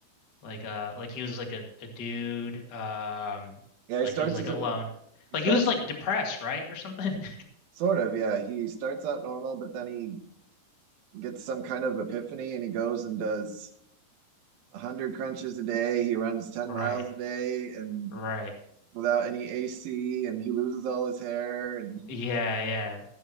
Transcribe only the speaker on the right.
Yeah, he
starts
as
a, he
starts
as
sort of, yeah, he starts out normal, but then he gets some kind of epiphany and he goes and does 100 crunches a day. He runs 10
miles a day and
without any AC and he loses all his hair and